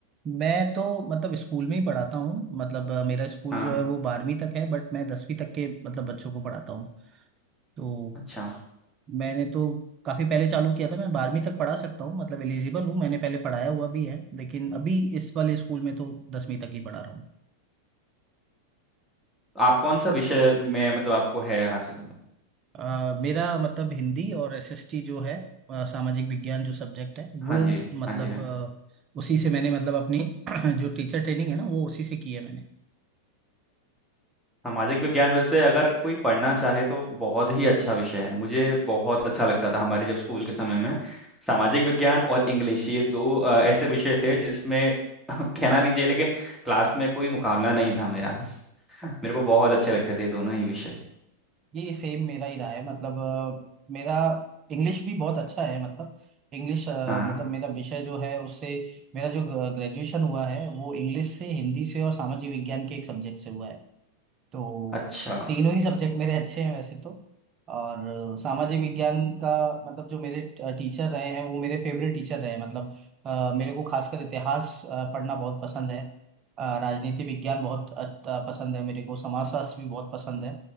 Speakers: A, on the right (about 30°); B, in the centre.
A: मैं तो मतलब स्कूल में ही पढ़ाता हूँ मतलब अ, मेरा स्कूल
B: हाँ
A: जो है वो बारहवीं तक है बट मैं दसवीं तक के मतलब बच्चों को पढ़ाता हूँ तो
B: अच्छा
A: मैंने तो काफी पहले चालू किया था मैं बारहवीं तक पढ़ा सकता हूँ मतलब एलिजिबल हूँ मैंने पहले पढ़ाया हुआ भी है लेकिन अभी इस वाले स्कूल में तो दसवीं तक ही पढ़ा रहा हूँ
B: आप कौन सा विषय में मतलब आपको है हासिल
A: अ, मेरा मतलब हिंदी और एसएसटी जो है अ, सामाजिक विज्ञान जो सब्जेक्ट है वो
B: हाँ जी
A: मतलब
B: हाँ जी हाँ
A: अ, उसी से मैंने मतलब अपनी <clears throat> जो टीचर ट्रेनिंग है ना वो उसी से की है मैंने
B: सामाजिक विज्ञान वैसे अगर कोई पढ़ना चाहे तो बहुत ही अच्छा विषय है मुझे बहुत अच्छा लगता था हमारे जब स्कूल के समय में सामाजिक विज्ञान और इंग्लिश ये दो अ, ऐसे विषय थे जिसमें <laughs> कहना नहीं चाहिए लेकिन क्लास में कोई मुकाबला नहीं था मेरा <laughs> मेरे को बहुत अच्छे लगते थे दोनों ही विषय
A: ये सेम मेरा ही रहा है मतलब अ, मेरा इंग्लिश भी बहुत अच्छा है मतलब इंग्लिश अ,
B: हाँ
A: मतलब मेरा विषय जो है उससे मेरा जो ग्रेजुएशन हुआ है वो इंग्लिश से हिंदी से और सामाजिक विज्ञान के एक सब्जेक्ट से हुआ है तो
B: अच्छा
A: तीनों ही सब्जेक्ट मेरे अच्छे हैं वैसे तो और अ, सामाजिक विज्ञान का मतलब जो मेरे टीचर रहे हैं वो मेरे फेवरेट टीचर रहे हैं मतलब अ, मेरे को खासकर इतिहास अ, पढ़ना बहुत पसंद है अ, राजनीति विज्ञान बहुत अ, पसंद है मेरे को समाजशास्त्र भी बहुत पसंद है